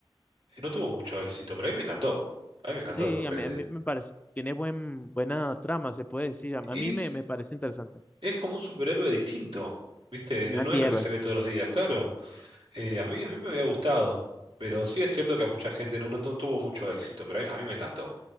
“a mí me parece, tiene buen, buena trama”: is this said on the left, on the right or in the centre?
Left